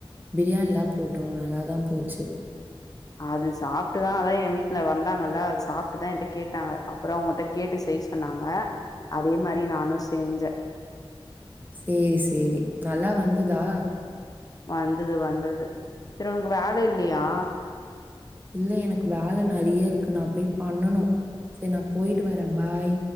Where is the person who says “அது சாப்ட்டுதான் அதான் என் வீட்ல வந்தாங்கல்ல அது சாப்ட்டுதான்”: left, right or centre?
Left